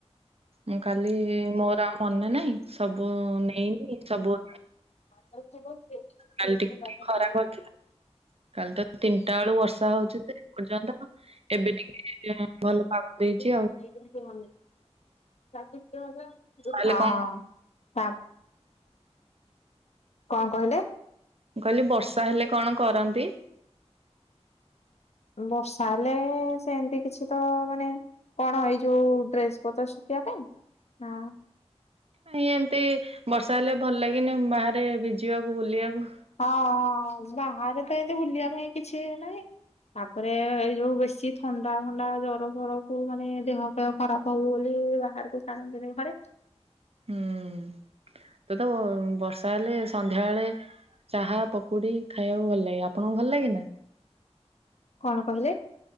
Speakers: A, on the right; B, on the left.
A: ମୁଁ କାଲି ମୋର ଆଉ ମନେନାହିଁ ସବୁ ନେଇକି ସବୁ
B: <unintelligible>
A: କାଲି ଟିକେ ଖରା କରିଥିଲା କାଲି ତ ତିନଟା ବେଳୁ ବର୍ଷା ହୋଉଚି ଯେ ଏ ପର୍ଯ୍ୟନ୍ତ ଏବେ ଟିକେ ଏ ଭଲ ପାଗ
B: ଅଁ
A: ଦେଇଛି ଆଉ ତାହେଲେ କଣ
B: ଆ କଣ କହିଲେ?
A: ମୁଁ କହିଲି ବର୍ଷା ହେଲେ କଣ କରନ୍ତି?
B: ବର୍ଷା ହେଲେ ସେମତି କିଛି ତ ମାନେ କଣ ଏଇ ଯୋଉ ଡ୍ରେସ ପତ୍ର ଶୁଖେଇବା ପାଇଁ ନା
A: ନାଇଁ ଏମତି ବର୍ଷା ହେଲେ ଭଲ ଲାଗେନି ବାହାରେ ଭିଜିବାକୁ, ବୁଲିବାକୁ।
B: ହଁ ହଁ ବାହାରେ ତ ଏମତି ବୁଲିବା ପାଇଁ କିଛି ନାହିଁ। ତାପରେ ଏଇ ଯୋଉ ବେଶୀ ଥଣ୍ଡା ଫଣ୍ଡା ଜର ଫରକୁୁ ମାନେ ଦେହ ଫେହ ଖରାପ ହବ ବୋଲି। ଏଇ ବାହାରକୁ ଛାଡନ୍ତିନି ଘରେ।
A: ହୁଁ ତ ତ ବର୍ଷା ହେଲେ ସନ୍ଧ୍ୟାବେଳେ ଚାହା, ପକୁଡି ଖାଇବାକୁ ଭଲ ଲାଗେ ଆପଣଙ୍କୁ ଭଲ ଲାଗେ ନା?
B: କଣ କହିଲେ?